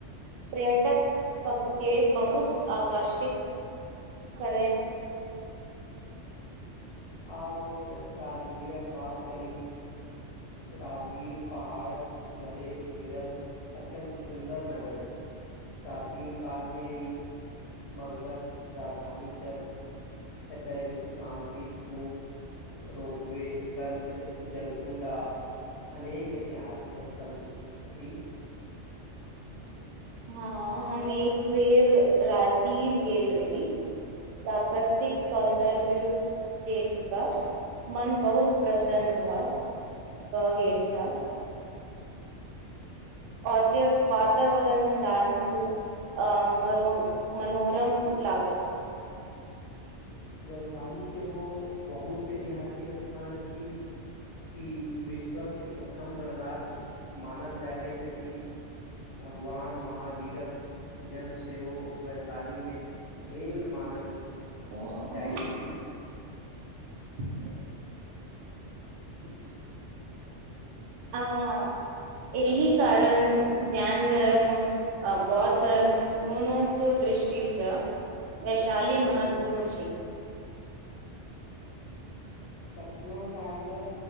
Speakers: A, on the right; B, on the left.
A: पर्यटक सब के बहुत आकार्षित करति
B: आब राजगीरक बात करी राजगीर पहाड़ घरे घेरल अत्यन्त सुन्दर नगर अछि प्राचीन काल मे ई मगधक राजधानी छल एतय विश्व शान्ति स्तूप रोपवे गर्म ज जल कुंडा अनेक ऐतिहासिक स्थल छथि
A: हँ हम एक बेर राजगीर गेल रही प्राकृतिक सौन्दर्भ्य देत क मन बहुत प्रसन्न भेऽ गेल छ अतेक वातावरण शान्त आ मरो मनोरम लागल
B: वैशाली सेहो बहुत ऐतिहासिक स्थान अछि ई विश्व के प्रथम गणराज्य मानल जाइत अछि भगवान महावीरक जन्म सेहो वैशाली मे भेल मानल
A: ओ
B: जाइत अछि
A: ह <inaudible> ह अं एहि कारण जैन धर्म आ बौद्ध धर्म दूनू के दृष्टि सँ वैशाली महत्वपूर्ण छै
B: पटना साहिबा